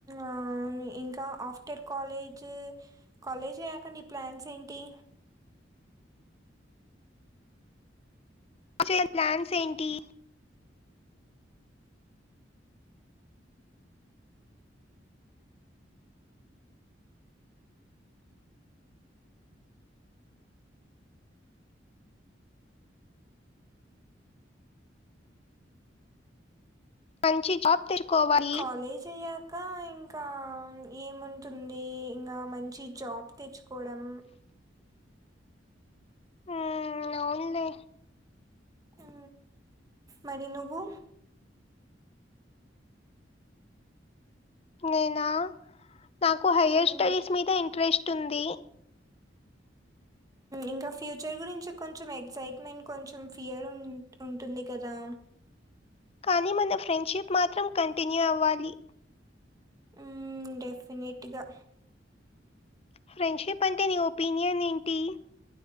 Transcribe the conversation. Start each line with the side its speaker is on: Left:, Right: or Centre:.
Right: ఆ ఇంకా ఆఫ్టర్ కాలేజ్ కాలేజ్ అయ్యాక మీ ప్లాన్స్ ఏంటి
Left: ఆచే ప్లాన్స్ ఏంటి మంచి జాబ్ తెచ్చుకోవాలి
Right: కాలేజ్ అయ్యాక ఇకా ఇంకా ఏముంటుంది ఇంకా మంచి జాబ్ తెచ్చుకోవడం.
Left: ఆ అవున్లే
Right: ఉ మరి నువ్వు
Left: నేనా నాకు హయ్యర్
Right: హ్మ్.
Left: స్టడీస్ మీద ఇంట్రెస్ట్ ఉంది
Right: ఇంకా ఫ్యూచర్ గురించి కొంచెం ఎగ్జైట్మెంట్ కొంచెం ఫియర్ ఉ ఉంటుంది కదా
Left: కానీ మన ఫ్రెండ్షిప్ మాత్రం కంటిన్యూ అవ్వాలి.
Right: ఉ డెఫినెట్గా
Left: ఫ్రెండ్షిప్ అంటే నీ ఒపీనియన్ ఏంటి